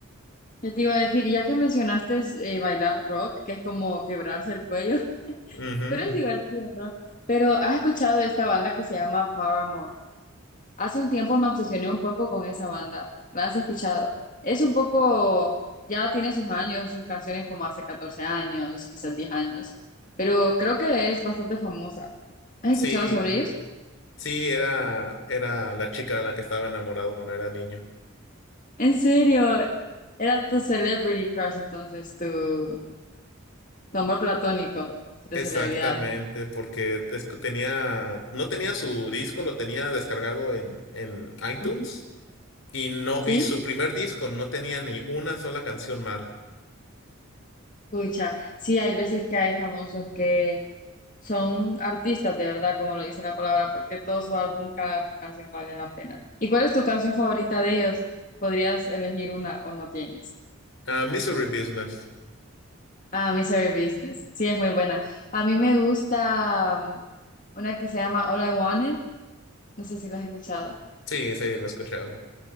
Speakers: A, on the left (about 40°); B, on the left (about 70°).
A: Yo te iba a decir, ya que mencionaste eh, bailar rock, que es como quebrarse el cuello, <laughs>
B: Ujú.
A: pero es divertido, ¿no? Pero has escuchado de esta banda que se llama Paramore. Hace un tiempo me obsesioné un poco con esa banda. ¿La has escuchado? Es un poco, ya tiene sus años, sus canciones como hace 14 años, quizás 10 años, pero creo que es bastante famosa. ¿Has
B: Sí,
A: escuchado sobre ellos?
B: sí, era, era la chica de la que estaba enamorado cuando era niño.
A: En serio, era tu celebrity crush entonces, tu, tu amor platónico de
B: Exactamente,
A: celebridad.
B: porque es- tenía, no tenía su disco, lo tenía descargado en, en iTunes
A: Ujú.
B: y no,
A: ¿Sí?
B: y su primer disco no tenía ni una sola canción mala.
A: Pucha, sí, hay veces que hay famosos que son artistas de verdad, como lo dice la palabra, porque todo su álbum, cada canción vale la pena. ¿Y cuál es tu canción favorita de ellos? ¿Podrías elegir una o no tienes?
B: Ah, Misery Business.
A: Ah, Misery Business. Sí, es muy buena. A mí me gusta um, una que se llama All I Wanted. No sé si la has escuchado.
B: Sí, sí, lo he escuchado.